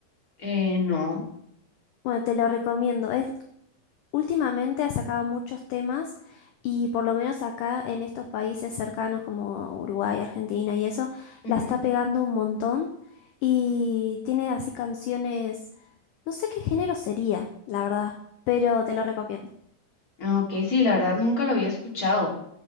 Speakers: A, on the left; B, on the left.
A: Eh, no.
B: Bueno, te lo recomiendo. Es, últimamente ha sacado muchos temas y por lo menos acá en estos países cercanos como Uruguay, Argentina y eso,
A: Ujú.
B: la está pegando un montón y tiene así canciones, no sé qué género sería, la verdad, pero te lo recomiendo.
A: Ah, Ok, sí, la verdad nunca lo había escuchado.